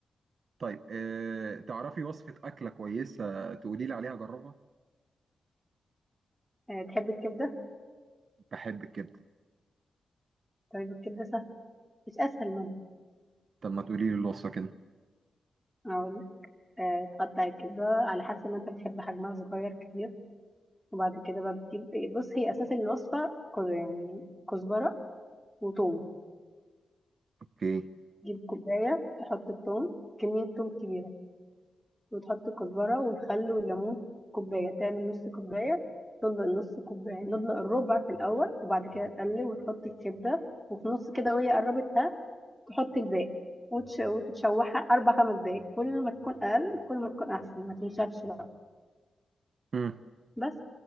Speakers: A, on the right; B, in the centre.
A: طيب آه، تعرفي وصفه اكله كويسه تقولي لي عليها جربها؟
B: آه، تحب الكبده
A: بحب الكبده
B: طيب الكبده سهل مش اسهل منها
A: طب ما تقولي لي الوصفة كده
B: اقول آه، تقطع الكبده على حسب ما انت بتحب حجمها صغير كبير وبعد كده بقى بتجيب بص هي اساس الوصفه كو- يعني كزبره وتوم
A: اوكي
B: تجيب كوبايه تحط التوم كميه توم كبيره وتحط الكزبرة والخل والليمون في كوباية تعمل نص كوباية تدلق نص كوباية ندلق الربع في الأول وبعد كده تقلب وتحط الكبدة وفي نص كده وهي قربت ها تحط الباقي وتش... وتتشوحها أربع خمس دقايق كل ما تكون أقل كل ما تكون أحسن ما تنشفش بقى
A: امم
B: بس